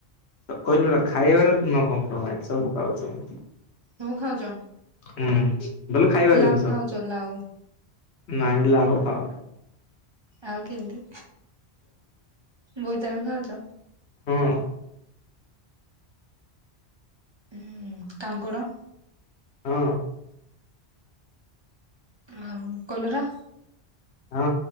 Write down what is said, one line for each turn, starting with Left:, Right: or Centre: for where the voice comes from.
Left: କହିଲୁ ନା ଖାଇବାରେ ନୋ କମ୍ପରମାଇଜ ସବୁ ଖାଉଛି ମୁଁ।
Right: ସବୁ ଖାଉଛ?
Left: ହୁଁ ଭଲ ଖାଇବା
Right: ଲାଉ
Left: ଜିନିଷ
Right: ଖାଉଛ ଲାଉ
Left: ନାଇ ଲାଉ ହଁ।
Right: ଆଉ କେମିତି? ବୋଇତାଳୁ ଖାଉଛ?
Left: ହଁ
Right: ହୁଁ କାଙ୍କଡ?
Left: ହଁ।
Right: ଆଉ କଲରା?
Left: ହଁ